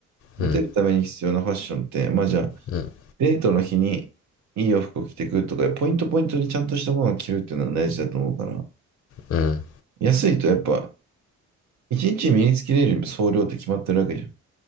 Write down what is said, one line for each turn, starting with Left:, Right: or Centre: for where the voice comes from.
Right: モテるために必要なファッションって、
Left: うん、
Right: まあじゃあ、
Left: うん、
Right: デートの日にいい洋服を着てくとか、ポイントポイントにちゃんとしたものを着るっていうのは大事だと思うから、
Left: うん、
Right: 安いとやっぱ、一日身につけれる総量って決まってるわけじゃん。